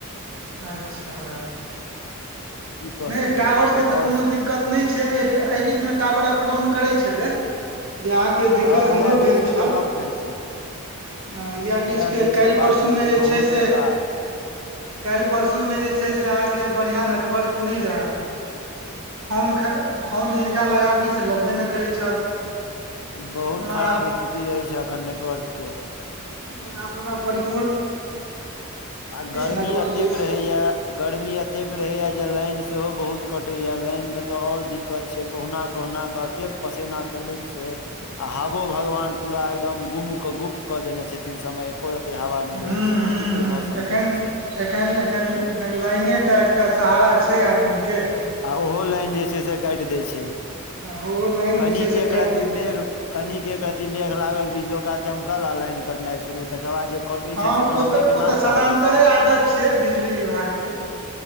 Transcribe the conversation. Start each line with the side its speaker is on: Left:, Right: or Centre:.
Right: अच्छऽ
Left: की कऽ
Right: नय
Left: सकैत
Right: टावर
Left: छियै ओकर
Right: केँ
Left: आओर
Right: तऽ कोनो दिक्कत नच छै एय एहि बीच मे टावर अप डाउन करै छलै जे अहाँ केँ दिक्कत
Left: हँ इएह
Right: हमरो भेल
Left: बीच के
Right: छल
Left: तऽ गप कहै छी
Right: हँ ऐह बीचके
Left: इएह बीच
Right: काइल
Left: के बात
Right: परसूमे
Left: कहै छी
Right: जे
Left: बहुत
Right: छै से
Left: बेकार
Right: काइल परसूमे जे छै से अहाँकेँ बढ़िआँ नेटवर्क नय रहै फोन ख फोन जिनका लगाबी से लगबे नय करै छल
Left: बहुत
Right: ओना
Left: खराब
Right: आब
Left: स्थिति रहे छै अखन नेटवर्क केँ
Right: ना आब ओना परी
Left: आ गर्मी
Right: नेटवर्क
Left: अतेक
Right: अछि
Left: रहै यऽ गर्मी एतेक रहै यऽ जे लाइन सेहो बहुत कटै यऽ लाइन मे तऽ आओर दिक्कत छै कहुना - कहुना कऽ अतेक पसेना चलैत छै आ हवो भगवान पूरा एकदम गुम क गुफ कऽ देने छथिन समय एको रत्ती हवा नहि बहै
Right: हूँ
Left: छै
Right: हूँ
Left: बिचित्र
Right: हूँ
Left: मौसम
Right: एखन
Left: केने छै
Right: एखन एखन एखन लाइने टा एकटा सहारा छै आदमी केँ
Left: आ ओहो लाइन जे छै से काइट दैय छै
Right: हँ ओहो लाइन जे
Left: कनिक
Right: छै से
Left: एकरतीक
Right: काटि दै
Left: मेघ
Right: छै
Left: कनिक एक रती मेघ लागल बीजलोका चमकल आ लाइन कटनाइ शुरू तकर बाद जे कटै
Right: हँ
Left: छै से फेर
Right: ओ
Left: अबै
Right: तऽ
Left: के
Right: ओ
Left: नाम
Right: तऽ सदान्तरे
Left: कहाँ लै
Right: आदत छै बिजली विभाग केँ